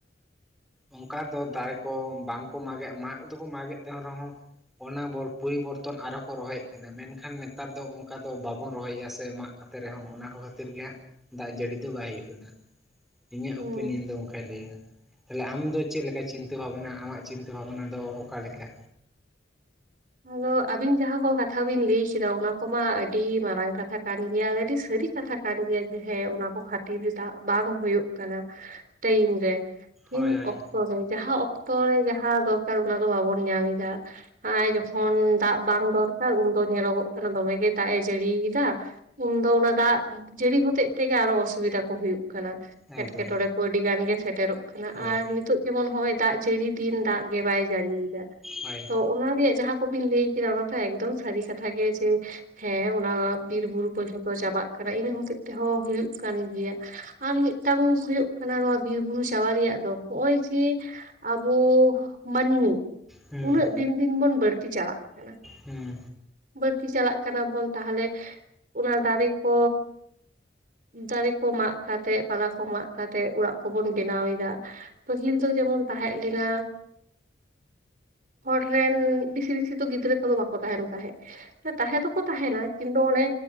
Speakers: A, in the centre; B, on the right (about 50°).
A: ᱚᱱᱠᱟ ᱫᱚ ᱫᱟᱨᱮ ᱠᱚ ᱵᱟᱝᱠᱚ ᱢᱟᱜᱮᱫ ᱢᱟᱜ ᱫᱚᱠᱚ ᱢᱟᱜᱮᱫ ᱛᱟᱦᱮ ᱨᱮᱦᱚᱸ ᱚᱱᱟ ᱵᱚᱨ ᱯᱚᱨᱤᱵᱚᱨᱛᱚᱱ ᱟᱨᱦᱚ ᱠᱚ ᱨᱚᱦᱚᱭᱮᱫ ᱛᱟᱦᱮᱱᱟ ᱢᱮᱱᱠᱷᱟᱱ ᱱᱮᱛᱟᱨ ᱫᱚ ᱚᱱᱠᱟ ᱫᱚ ᱵᱟᱵᱚᱱ ᱨᱚᱦᱚᱭᱮᱫᱼᱟ ᱥᱮ ᱢᱟᱜ ᱟᱛᱮ ᱨᱮᱦᱚᱸ ᱚᱱᱟ ᱠᱚ ᱠᱷᱟᱹᱛᱤᱨ ᱜᱮ ᱦᱟᱸᱜ ᱫᱟᱜ ᱡᱟᱹᱲᱤ ᱫᱚ ᱵᱟᱭ ᱦᱩᱭᱩᱜ ᱠᱟᱱᱟ ᱾ ᱤᱧᱟᱹᱜ
B: ᱦᱩᱸ
A: ᱳᱯᱤᱱᱤᱭᱚᱱ ᱫᱚ ᱚᱱᱠᱟᱭ ᱞᱟᱹᱭᱟ ᱾ ᱛᱟᱦᱞᱮ ᱟᱢ ᱫᱚ ᱪᱮᱫ ᱞᱮᱠᱟ ᱪᱤᱱᱛᱟᱹ ᱵᱷᱟᱵᱱᱟ ᱟᱢᱟᱜ ᱪᱤᱱᱛᱟᱹ ᱵᱷᱟᱵᱱᱟ ᱫᱚ ᱚᱠᱟᱞ ᱞᱮᱠᱟ?
B: ᱟᱫᱚ ᱟᱵᱤᱱ ᱡᱟᱦᱟᱸ ᱠᱚ ᱠᱟᱛᱷᱟ ᱵᱤᱱ ᱞᱟᱹᱭ ᱠᱮᱫᱟ ᱚᱱᱟ ᱠᱚᱢᱟ ᱟᱹᱰᱤ ᱢᱟᱨᱟᱝ ᱠᱟᱛᱷᱟ ᱠᱟᱱ ᱜᱮᱭᱟ ᱟ ᱟᱹᱰᱤ ᱥᱟᱹᱨᱤ ᱠᱟᱛᱷᱟ ᱠᱟᱱ ᱜᱮᱭᱟ ᱡᱮ ᱦᱮᱸ ᱚᱱᱟ ᱠᱚ ᱠᱷᱟᱹᱛᱤᱨ ᱫᱟᱜ ᱵᱟᱝ ᱦᱩᱭᱩᱜ ᱠᱟᱱᱟ ᱴᱟᱭᱤᱢ ᱨᱮ ᱛᱤᱱ
A: ᱦᱳᱭ ᱦᱳᱭ
B: ᱚᱠᱛᱚ ᱨᱮ ᱡᱟᱦᱟᱸ ᱚᱠᱛᱚ ᱨᱮ ᱡᱟᱦᱟᱸ ᱫᱚᱨᱠᱟᱨ ᱚᱱᱟ ᱫᱚ ᱵᱟᱵᱚᱱ ᱧᱟᱢ ᱮᱫᱟ ᱟᱨ ᱡᱚᱠᱷᱚᱱ ᱫᱟᱜ ᱵᱟᱝ ᱫᱚᱨᱠᱟᱨ ᱩᱱᱫᱚ ᱧᱮᱞᱚᱜᱚᱜ ᱠᱟᱱᱟ ᱫᱚᱢᱮ ᱜᱮ ᱫᱟᱜ ᱮ ᱡᱟᱹᱲᱤᱭᱮᱫᱟ ᱾ ᱩᱱᱫᱚ ᱚᱱᱟ ᱫᱟᱜ ᱡᱟᱹᱲᱤ ᱦᱚᱛᱮᱡ ᱛᱮᱜᱮ ᱟᱨᱚ ᱚᱥᱩᱵᱤᱫᱟ ᱠᱚ ᱦᱩᱭᱩᱜ ᱠᱟᱱᱟ
A: ᱮᱠᱫᱚᱢ
B: ᱮᱴᱠᱮᱴᱚᱲᱮ ᱾ ᱟᱹᱰᱤ ᱜᱟᱱ ᱜᱮ ᱥᱮᱴᱮᱨᱚᱜ ᱠᱟᱱᱟ
A: ᱦᱳᱭ
B: ᱟᱨ ᱱᱤᱛᱚᱜ ᱡᱮᱢᱚᱱ ᱦᱚᱜ ᱚᱭ ᱫᱟᱜ ᱡᱟᱹᱲᱤ ᱫᱤᱱ ᱫᱟᱜ ᱜᱮ ᱵᱟᱭ ᱡᱟᱹᱲᱤᱭᱮᱫᱟ ᱾
A: ᱦᱳᱭ ᱾
B: ᱚᱱᱟ ᱨᱮᱭᱟᱜ ᱡᱟᱦᱟᱸ ᱠᱚᱵᱤᱱ ᱞᱟᱹᱭ ᱠᱮᱫᱟ ᱚᱱᱟ ᱫᱚ ᱮᱠᱫᱚᱢ ᱥᱟᱹᱨᱤ ᱠᱟᱛᱷᱟ ᱜᱮ ᱡᱮ ᱦᱮᱸ ᱚᱱᱟ ᱵᱤᱨ ᱵᱩᱨᱩ ᱠᱚ ᱡᱷᱚᱛᱚ ᱪᱟᱵᱟᱜ ᱠᱟᱱᱟ ᱤᱱᱟᱹ ᱦᱚᱛᱮᱜ ᱛᱮᱦᱚᱸ ᱦᱩᱭᱩᱜ ᱠᱟᱱ ᱜᱮᱭᱟ ᱾ ᱟᱨ ᱢᱤᱫᱴᱟᱝ ᱦᱩᱭᱩᱜ ᱠᱟᱱᱟ ᱱᱚᱣᱟ ᱵᱤᱨᱵᱩᱨᱩ ᱪᱟᱵᱟ ᱨᱮᱭᱟᱜ ᱫᱚ ᱱᱚᱜᱼᱚᱭ ᱡᱮ ᱾ ᱟᱵᱚ ᱢᱟᱹᱱᱢᱤ
A: ᱦᱩᱸ
B: ᱩᱱᱟᱹᱜ ᱫᱤᱱ ᱫᱤᱱ ᱵᱚᱱ ᱵᱟᱹᱲᱛᱤ ᱪᱟᱞᱟᱜ ᱠᱟᱱᱟ ᱾
A: ᱦᱩᱸ
B: ᱵᱟᱹᱲᱛᱤ ᱪᱟᱞᱟᱜ ᱠᱟᱱᱟ ᱵᱚᱱ ᱛᱟᱦᱚᱞᱮ ᱚᱱᱟ ᱫᱟᱨᱮ ᱠᱚ ᱫᱟᱨᱮ ᱠᱚ ᱢᱟᱜ ᱠᱟᱛᱮᱜ ᱯᱟᱞᱟ ᱠᱚ ᱢᱟᱜ ᱠᱟᱛᱮᱜ ᱚᱲᱟᱜ ᱠᱚᱵᱚᱱ ᱵᱮᱱᱟᱣᱮᱫᱟ ᱾ ᱯᱟᱹᱦᱤᱞ ᱫᱚ ᱡᱮᱢᱚᱱ ᱛᱟᱦᱮᱸ ᱞᱮᱱᱟ ᱦᱚᱲ ᱨᱮᱱ ᱵᱤᱥᱤ ᱵᱤᱥᱤ ᱫᱚ ᱜᱤᱫᱽᱨᱟᱹ ᱠᱚᱫᱚ ᱵᱟᱠᱚ ᱛᱟᱦᱮᱱ ᱛᱟᱦᱮᱸᱫ ᱛᱟᱦᱮᱸ ᱫᱚᱠᱚ ᱛᱟᱦᱮᱱᱟ ᱠᱤᱱᱛᱩ ᱚᱱᱮ